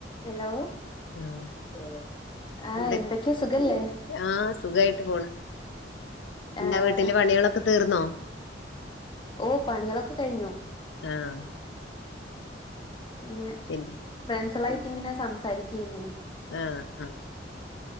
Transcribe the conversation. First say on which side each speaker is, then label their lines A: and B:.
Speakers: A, on the left (about 25°); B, on the left (about 80°).
A: Hello
B: ആഹ്
A: ഉം ആഹ്
B: എന്ത
A: എന്തൊക്കെയാ സുഖല്ലേ
B: ആഹ് സുഖായിട്ട് പോണ്
A: ആഹ്
B: ന്താ വീട്ടില് പണികളൊക്കെ തീർന്നോ
A: ഓ പണികളൊക്കെ കഴിഞ്ഞു.
B: ആഹ്
A: പിന്നെ
B: പിന്നെ
A: ഫ്രണ്ട്സളായിട്ടിങ്ങനെ സംസാരിക്കേര്ന്നേ
B: ആഹ് അഹ്